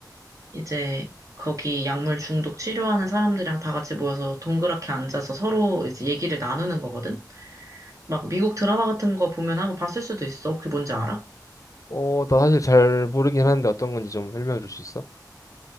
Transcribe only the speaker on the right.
이제 거기 약물 중독 치료하는 사람들이랑 다 같이 모여서 동그랗게 앉아서 서로 이제 얘기를 나누는 거거든? 막 미국 드라마 같은 거 보면 한번 봤을 수도 있어. 그게 뭔지 알아?